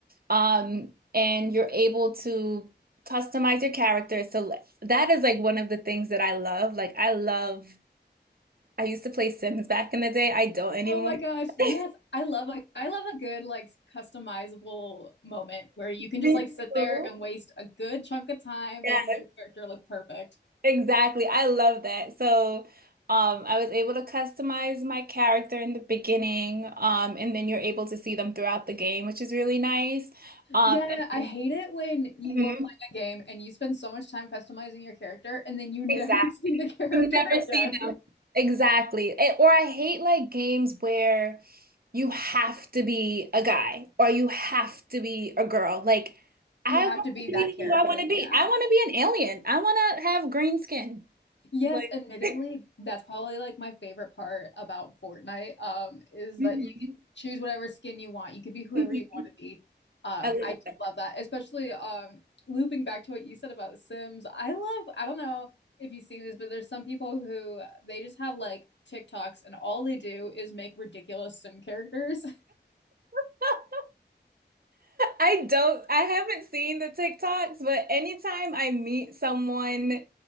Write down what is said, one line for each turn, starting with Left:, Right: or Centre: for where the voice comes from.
Right: Um, and you're able to customize your character. So that is like one of the things that I love. Like I love. I used to play Sims back in the day. I don't anymore.
Left: Oh my gosh. Yes.
Right: <laughs>
Left: I love a I love a good like customizable moment where you can just
Right: Me
Left: like sit
Right: too.
Left: there and waste a good chunk of time
Right: Yes.
Left: making your character look perfect.
Right: Exactly. I love that. So, um, I was able to customize my character in the beginning, um, and then you're able to see them throughout the game, which is really nice. Um,
Left: Yeah, I
Right: and-
Left: hate it when you
Right: Mhm.
Left: are playing a game and you spend so much time customizing your character and then you never
Right: Exactly.
Left: <laughs> see the character
Right: You never see
Left: again.
Right: them. Exactly. Eh, or I hate like games where you have to be a guy or you have to be a girl. Like,
Left: You
Right: I
Left: have
Right: want
Left: to be
Right: to
Left: that
Right: be
Left: character.
Right: who I want to be.
Left: Yeah.
Right: I want to be an alien. I want to have green skin.
Left: Yes,
Right: Like,
Left: admittedly,
Right: <laughs>
Left: that's probably like my favorite part about Fortnite, um, is
Right: Mhm.
Left: that you can choose whatever skin you want. You could be whoever
Right: Mhm.
Left: you want to be. Um,
Right: I love
Left: I do
Right: that.
Left: love that, especially um, looping back to what you said about The Sims. I love, I don't know if you've seen this, but there's some people who they just have like TikToks and all they do is make ridiculous Sim characters. <laughs>
Right: <laughs> I don't, I haven't seen the TikToks, but anytime I meet someone